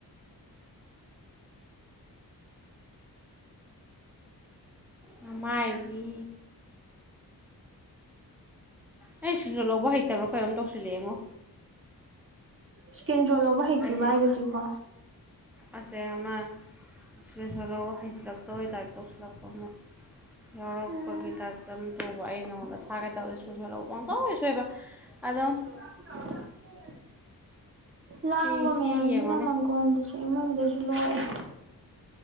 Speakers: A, in the centre; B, on the right.
A: ꯅꯃꯥꯏꯗꯤ ꯑꯩ ꯏꯁꯀ꯭ꯔꯤꯟꯁꯣꯠ ꯂꯧꯕ ꯍꯩꯇꯕ꯭ꯔ ꯀꯩꯅꯣꯝ ꯇꯧꯁꯤꯜꯂꯛꯑꯦꯉꯣ
B: ꯏꯁꯀ꯭ꯔꯤꯟ ꯁꯣꯠ ꯂꯧꯕ ꯍꯩꯇ꯭ꯔꯤꯕ
A: ꯍꯥꯏꯗꯤ
B: ꯍꯥꯏꯖꯦ ꯍꯧꯖꯤꯛꯐꯥꯎ
A: ꯑꯇꯩ ꯑꯃ ꯏꯁꯀ꯭ꯔꯤꯟ ꯁꯣ ꯂꯧꯑꯣ ꯍꯩꯖꯤꯜꯂꯛꯇꯕꯩ ꯇꯥꯏꯞ ꯇꯧꯁꯤꯜꯂꯛꯄ ꯑꯃ ꯌꯥꯎꯔꯛꯄꯒꯤ
B: ꯎꯝ
A: ꯇꯥꯏꯞꯇ ꯑꯃ ꯇꯧꯕ ꯑꯩ ꯅꯉꯣꯟꯗ ꯊꯥꯒꯦ ꯇꯧꯕ ꯏꯁꯀ꯭ꯔꯤꯟ ꯁꯣꯠ ꯂꯧꯠ ꯄꯪꯁꯣꯢ ꯁꯣꯏꯕ ꯑꯗꯣ
B: <inaudible> ꯂꯥꯡꯕ
A: ꯁꯤ ꯁꯤ
B: ꯃꯌꯥꯝꯁꯤꯅ
A: ꯌꯦꯡꯉꯣꯅꯦ
B: ꯃꯪꯒꯣꯟꯗꯨꯁꯨ ꯏꯃꯨꯡꯗꯁꯨ ꯂꯣꯛꯔꯦ